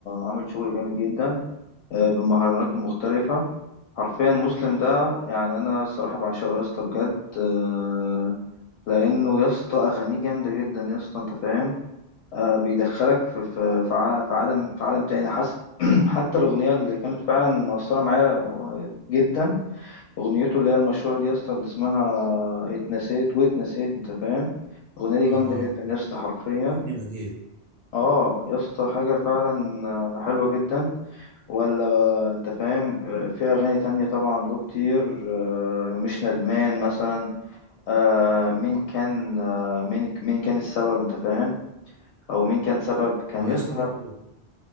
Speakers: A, on the left; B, on the right.
A: عامل شغل جامد جدا آه، بالمهرجانات المختلفة حرفيا مسلم ده يعني أنا الصراحة بعشقه يا اسطى بجد آه، لأنه يا اسطى أغانيه جامدة جدا يا اسطى أنت فاهم آه، بيدخلك في في في ع- في عالم في عالم تاني حاسس <clears throat> حتى الأغنية اللي كانت فعلا مأثرة معايا آه، جدا أغنيته اللي هي المشهورة دي يا اسطى اللي اسمها اتنسيت واتنسيت أنت فاهم الأغنية دي
B: اه
A: جامدة جدا يا اسطى حرفيا
B: كأني ما جيت
A: اه يا اسطى حاجة فعلا آه، حلوة جدا ولا انت فاهم آه، في اغاني تانية طبعا له كتير آه، مش ندمان مثلا آه، مين كان آه، مين مين كان السبب انت فاهم او مين كان سبب كان
B: هو
A: يسطا
B: يا اسطى برضه